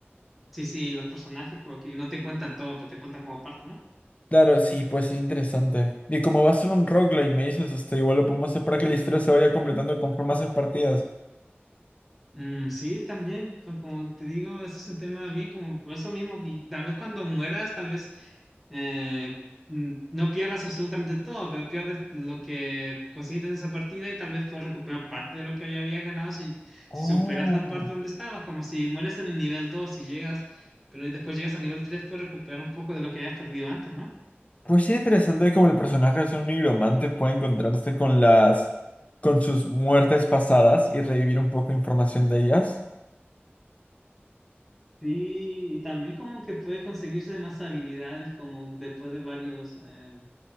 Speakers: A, in the centre; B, on the left (about 35°).
A: Sí, sí, los personajes como que no te cuentan todo, pero te cuentan como parte, ¿no?
B: Claro, sí, pues es interesante. Y como va a ser un roguelike, me dices, este, igual lo podemos hacer para que la historia se vaya completando conforme haces partidas.
A: Mm, sí, también, pues como te digo, ese es un tema bien como por eso mismo, y tal vez cuando mueras, tal vez eh, mm, no pierdas absolutamente todo, pero pierdes lo que conseguiste en esa partida y tal vez puedes recuperar parte de lo que ya habías ganado si,
B: Oh.
A: si superas la parte donde estabas, como si mueres en el nivel 2 y llegas, pero y después llegas al nivel 3 puedes recuperar un poco de lo que habías perdido antes, ¿no?
B: Pues sí, interesante cómo el personaje es un nigromante, puede encontrarse con las, con sus muertes pasadas y revivir un poco de información de ellas.
A: Sí, y también como que puedes conseguirse más habilidades como después de varios, eh,